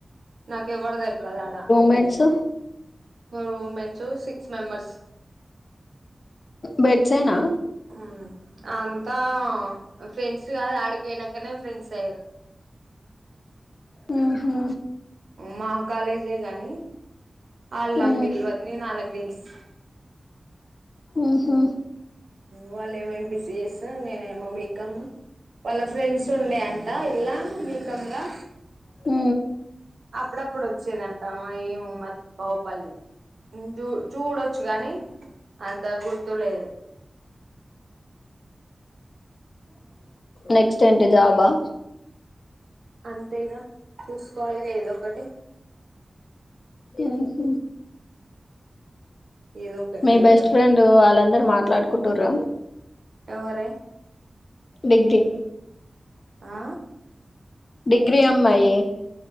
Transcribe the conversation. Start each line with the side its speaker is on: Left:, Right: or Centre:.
Right: నాకు ఎవ్వరు తెలవదు ఆడ
Left: మేడ్స్
Right: మ రూమ్ మేట్స్ సిక్స్ మెంబర్స్
Left: బెడ్సే నా
Right: ఉం అంతా ఫ్రెండ్స్ కాదు ఆడికి పోయినంకనే ఫ్రెండ్స్ అయిర్రు
Left: ఉహు
Right: మా కాలేజే గనీ అల్ నాగ్
Left: ఉ
Right: తెల్వద్ నేన్ అళ్లక్ దెల్స్
Left: ఉహు
Right: వాళ్ళ ఏమో ఎంపీసఎస్ నేనే ఏమో బీకామ్ వాళ్ళ ఫ్రెండ్స్ ఉండేంట ఇలా బీకామ్లా
Left: హ
Right: అప్పుడప్పుడు వచ్చేదంటడి ఆ ఏమో మరి కౌపల్లె చూ చూడొచ్చు కానీ అంత గుర్తులేదు
Left: నెక్స్ట్ ఏంటిదిాబా
Right: అంతేగా చూసుకోవాలి ఏదో ఒకటి
Left: త స
Right: ఏదో ఒకటి
Left: మీ
Right: చెయ్యాలి
Left: బెస్ట్ ఫ్రెండ్ వాళ్ళందరు మాట్లాడుకు కుంటుర్ర
Right: ఎవరే
Left: డిగ్రీ
Right: ఆ
Left: డిగ్రీ అమ్మాయి